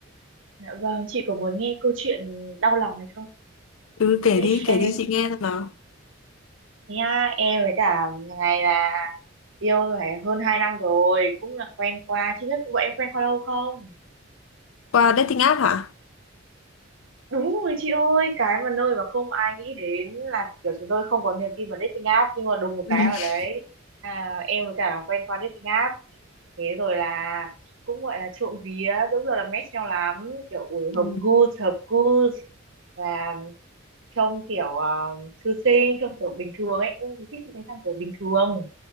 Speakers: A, on the right; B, on the left.
A: Dạ vâng, chị có muốn nghe câu chuyện đau lòng này không?
B: Ừ
A: Em
B: kể
A: sẽ
B: đi,
A: share
B: kể đi
A: cho chị.
B: chị nghe xem nào.
A: Nha, em với cả ngày là yêu phải hơn 2 năm rồi, cũng là quen qua. Chị biết bọn em quen qua lâu không?
B: Qua dating app hả?
A: Đúng rồi chị ơi, cái mà nơi mà không ai nghĩ đến là kiểu chúng tôi không có niềm tin vào dating app nhưng mà đùng một
B: <laughs>
A: cái ở đấy à, em với cả quen qua dating app thế rồi là cũng gọi là trộm vía đúng rồi là match nhau lắm kiểu ui
B: Ừ.
A: hợp gu hợp gu là trông kiểu ờ, thư sinh trông kiểu bình thường ấy em thì thích mấy thằng kiểu bình thường